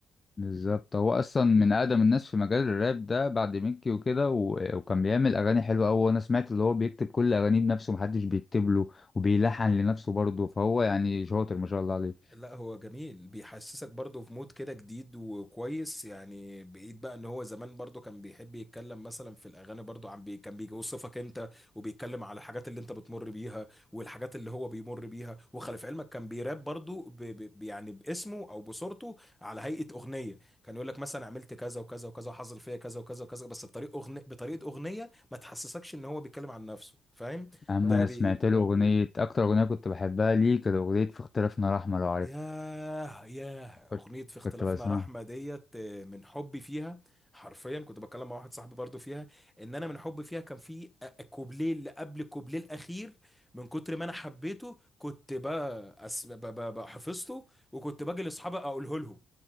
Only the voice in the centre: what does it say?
لا هو جميل بيحسسك برضه في مود كده جديد وكويس يعني بعيد بقى ان هو زمان برضه كان بيحب يتكلم مثلا في الاغاني برضه عن بي كان بيوصفك انت وبيتكلم على الحاجات اللي انت بتمر بيها والحاجات اللي هو بيمر بيها وخلي في علمك كان بيراب برضه ب... ب... ب- يعني باسمه او بصورته على هيئة اغنية كان يقول لك مثلا عملت كذا وكذا وكذا حصل فيا كذا وكذا وكذا بس بطريقة اغنية بطريقة اغنية ما تحسسكش ان هو بيتكلم عن نفسه فاهم
ده
بي...
ياه ياه أغنية
في اختلافنا
رحمة ديت آه، من حبي فيها حرفيا كنت بتكلم مع واحد صاحبي برضو فيها ان انا من حبي فيها كان في أ- كوبليه اللي قبل الكوبليه الاخير من كتر ما انا حبيته كنت بقى أس... ب... ب... ب- حفظته وكنت باجي لاصحابي اقوله لهم